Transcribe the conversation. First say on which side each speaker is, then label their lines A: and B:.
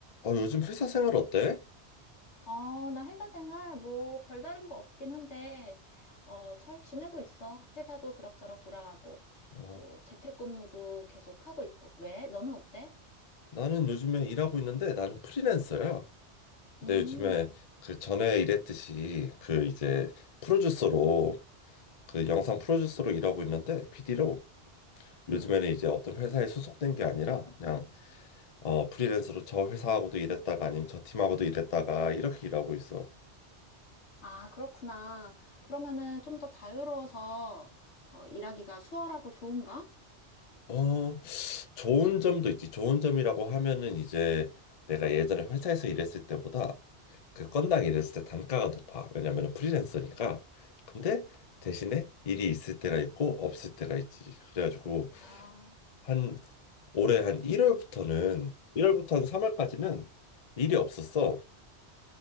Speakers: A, on the left (about 45°); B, on the left (about 75°).
A: 어, 요즘 회사 생활 어때?
B: 어, 나 회사 생활 뭐 별다른 거 없긴 한데, 어, 잘 지내고 있어. 회사도 그럭저럭 돌아가고,
A: 어,
B: 뭐 재택근무도 계속 하고 있고. 왜? 너는 어때?
A: 나는 요즘에 일하고 있는데 나는 프리랜서야. 근데
B: 음,
A: 요즘에 그 전에 일했듯이 그 이제 프로듀서로 그 영상 프로듀서로 일하고 있는데 PD로 요즘에는
B: 음.
A: 이제 어떤 회사에 소속된 게 아니라 그냥 어, 프리랜서로 저 회사하고도 일했다가 아니면 저 팀하고도 일했다가 이렇게 일하고 있어.
B: 아, 그렇구나. 그러면은 좀 더 자유로워서 더 일하기가 수월하고 좋은가?
A: 어, 좋은 점도 있지. 좋은 점이라고 하면은 이제 내가 예전에 회사에서 일했을 때보다 그 건당 일했을 때 단가가 높아. 왜냐면 프리랜서니까. 근데 대신에 일이 있을 때가 있고 없을 때가 있지. 그래가지고
B: 아,
A: 한 올해 한 1월부터는 1월부터 한 3월까지는 일이 없었어.